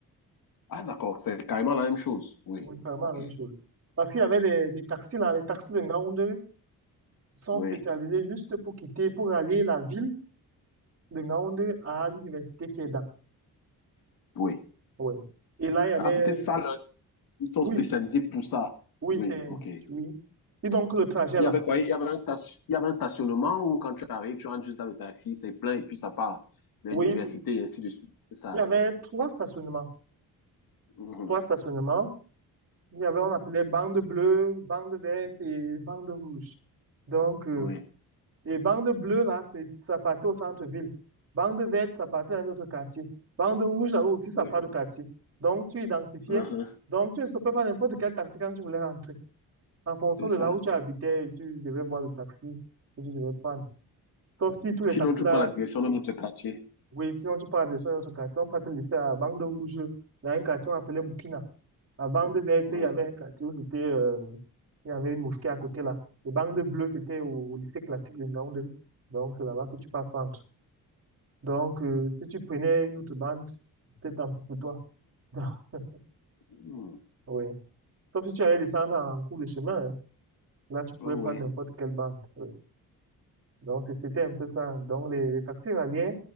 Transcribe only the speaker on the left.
Ah, d'accord. C'est carrément la même chose. Oui,
ok.
Oui,
oui.
Ah, c'était ça, là. Ils sont
spécialisés
pour ça.
Oui,
ok.
Il
y avait quoi? Il y avait un station- il y avait un stationnement où quand tu arrives, tu rentres juste dans le taxi, c'est plein et puis ça part de
l'université
et ainsi de suite. C'est ça.
Mhm.
Oui,
oui.
Mhm.
C'est
ça.
Sinon,
tu
prends la direction de notre quartier.
Oui.
Mhm.
Oh,
oui,